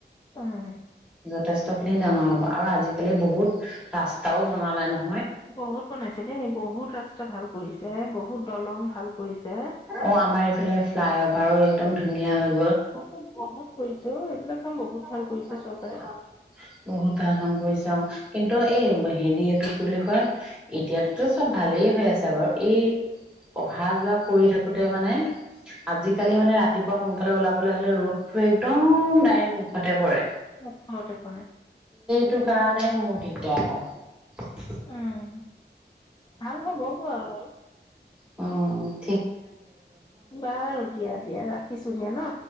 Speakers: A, on the left; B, in the centre.
A: উম
B: এনে ডাঙৰ হ'ব আৰু আজিকালি বহুত ৰাস্তাও বনালে নয়
A: বহুত বনাইছে দেই বহুত ৰাস্তা ভাল কৰিছে বহুত দলং ভাল কৰিছে
B: অ আমাৰ এইফালে ফ্লাই অফ পাৰ একদম ধুনীয়া হয়
A: বহুত বহুত কৰিছে অ এইবিলাক কাম বহুত
B: বহুত
A: ভাল কৰিছে চৰকাৰে
B: ভাল কাম কৰিচে কিন্তু এই হেৰি এইটো কি বুলি কয় এতিয়াততো চব ভালেই হৈ আছে বাৰু কি বুলি কয় এতিয়াটো চব ভালে হৈ আছে বাৰু এই অহা যোৱা কৰি থাকোতে মানে আজিকালি মানে ৰাতিপুৱা সোনকালে ওলাবলৈ হলে ৰ'দটো একদম ডাইৰেক্ট সঁতে পৰে
A: মখ খনতে কৰে
B: টো কাৰণে মোৰ দিগদাৰ হয়
A: উম ভাল হবগে বাৰু
B: অ
A: বাৰু দিয়া দিয়া ৰাখিছো দিয়া ন